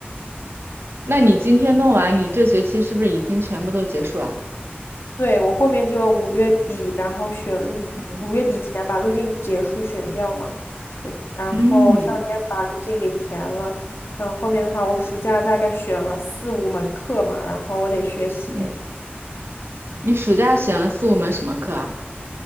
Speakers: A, on the right; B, on the left.
A: 那你今天弄完，你这学期是不是已经全部都结束了？
B: 对，我后面就五月底，然后选路，
A: 嗯
B: 五月底前把路径结束选掉嘛。我然后这两天把路径给填了，
A: 嗯
B: 然后后面的话，我暑假大概选了四五门课嘛，然后我得学习，
A: 嗯，你暑假选了四五门什么课啊？